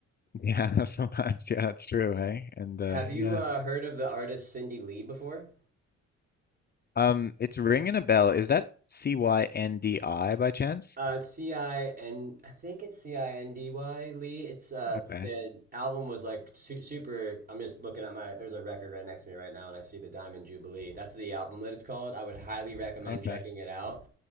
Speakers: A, on the left; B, on the right.
A: yeah, <laughs> sometimes yeah, it's true, hey? And uh
B: Have you
A: yeah.
B: uh, heard of the artist Cindy Lee before?
A: Um it's ringing a bell. Is that C Y N D I by chance?
B: Uh, it's C I N. I think it's C I N D Y Lee. It's uh
A: Okay.
B: the album was like su super. I'm just looking at my. There's a record right next to me right now, and I see the Diamond Jubilee. That's the album that it's called. I would highly recommend
A: Okay.
B: checking it out.